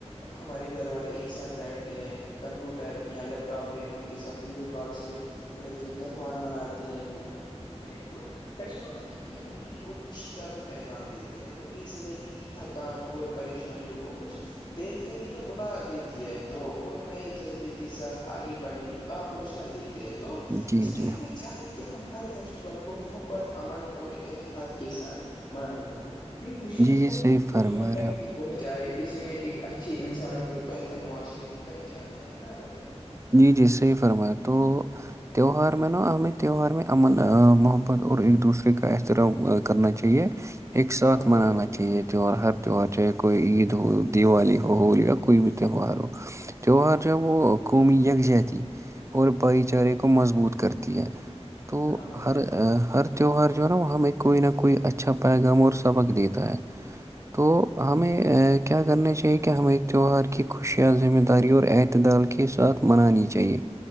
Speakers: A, on the left; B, on the right.
A: ہمارے گھر والے ایک ساتھ بیٹھتے ہیں کمپیوٹر لیپ ٹاپ یا ان کے ساتھ ویڈیو کالز پہ مطلب کہ تہوار مناتے ہیں خوشیاں مناتے ہیں تو فیسٹیول ہمیں امید اور خوشی کا بھی پیغام دیتے ہیں تو یہ زندگی کی تھکان اور پریشانیوں کو کچھ دیر کے لیے بلا دیتی ہے تو نئے جذبے کے ساتھ آگے بڑھنے کا حوصلہ دیتی تو
B: جی
A: اس لیے
B: جی
A: ہمیں چاہیے کہ ہم ہر فیسٹیول کو محبت امن اور احتحاد کے ساتھ منائے وہ اپنی خوشیوں
B: جی جی
A: کو
B: صحیح
A: دوسروں
B: فرما
A: تک
B: رہے آپ
A: بھی پہنچائے اس میں ایک اچھے انسان اور بہتر معاشرے کی پہچان ہے ہے نا بھائی جان
B: جی جی صحیح فرمایں تو تیوہار میں نا ہمیں تہوار میں امن محبت اور ایک دوسرے کا احترام کرنا چاہیے اک ساتھ
A: ہاں بھائی
B: منانت چاہ یہ تیوار ہر تہوار چاہے کوئی عید ہو دیوالی ہو ہولی یا کوئی بھی تیوار ہو تیوار جب وہ قومی یکجہتی اور بھائی چارے کو مضبوط کرتی ہے تو
A: ہاں بھائی
B: ہر ہر تہوار جو ہے نا وہ ہمیں کوئی نہ کوئی اچھا پیغام اور سبق دیتا ہے تو ہمیں کیا کرنا چاہیے کہ ہمیں ایک تیوار کی خوشیاں ذمہ داری اور اعتدال کی کے ساتھ منانی چاہیے